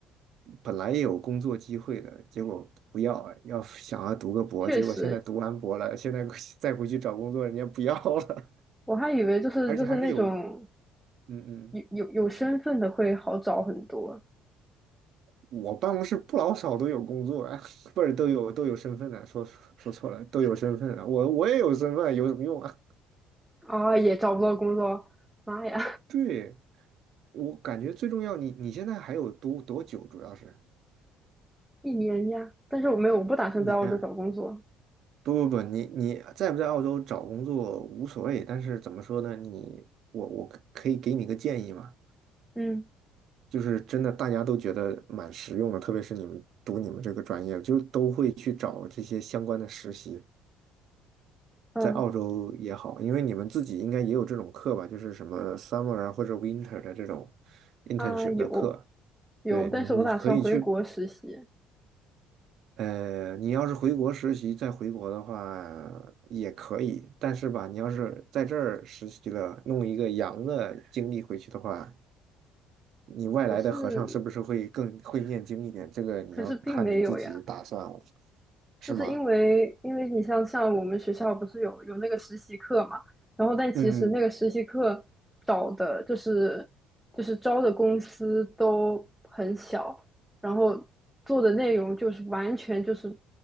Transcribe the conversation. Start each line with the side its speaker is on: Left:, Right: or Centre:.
Right: 本来也有工作机会的，结果不要，要想要读个博，
Centre: 确实，
Right: 结果现在读完博了，现在 <laughs> 再回去找工作，人家不要了，<laughs>
Centre: 我还以为就是就是那种
Right: 而且还是有，嗯嗯，
Centre: 有有有身份的会好找很多
Right: 我办公室不老少都有工作啊，<laughs> 不是都有都有身份的，说说错了，都有身份啊，我我也有身份，有什么用啊？
Centre: 啊，也找不到工作，妈呀！
Right: <laughs> 对，我感觉最重要，你你现在还有多多久？主要是
Centre: 一年呀，但是我没有，我不打算在澳洲找工作。
Right: 一年啊不不不，你你在不在澳洲找工作无所谓，但是怎么说呢？你我我可可以给你个建议嘛，
Centre: 嗯
Right: 就是真的大家都觉得蛮实用的，特别是你们读你们这个专业，就都会去找这些相关的实习，
Centre: 嗯
Right: 在澳洲也好，因为你们自己应该也有这种课吧，就是什么 summer 啊或者 winter 的这种 internship
Centre: 啊，有
Right: 的课，
Centre: 有，
Right: 对你你可以去
Centre: 但是我打算回国实习，
Right: 呃，你要是回国实习再回国的话也可以，但是吧，你要是在这儿实习了，弄一个洋的经历回去的话，你外来的和尚是不是会更会念经一点？
Centre: 可是
Right: 这个你要看你自己打算了，
Centre: 可是并没有呀，
Right: 是吗？
Centre: 就是因为因为你像像我们学校不是有有那个实习课嘛，然后但其实那个实习课找的就是就是招的公司都很小，
Right: 嗯
Centre: 然后做的内容就是完全就是